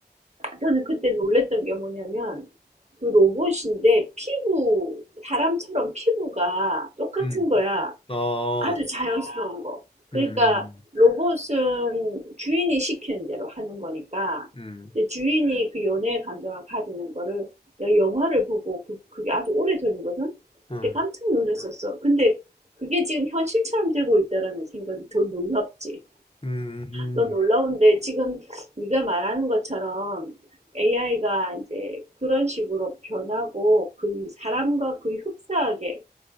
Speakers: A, on the right (about 40°); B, on the left (about 35°).
A: 저는 그때 놀랬던 게 뭐냐면 그 로봇인데 피부, 사람처럼 피부가 똑같은
B: 음, 음,
A: 거야.
B: 음. 어,
A: 아주 자연스러운 거. 그러니까
B: 음, 음,
A: 로봇은 주인이 시키는 대로 하는 거니까
B: 음.
A: 이제 주인이 그 연애의 감정을 가지는 거를 내가 영화를 보고 그, 그게 아주 오래전이거든? 그때
B: 음.
A: 깜짝 놀랐었어. 근데 그게 지금 현실처럼 되고 있다라는 생각이 더 놀랍지.
B: 음, 음,
A: 또 놀라운데
B: 음,
A: 지금 네가 말하는 것처럼 AI가 이제 그런 식으로 변하고 그 사람과 거의 흡사하게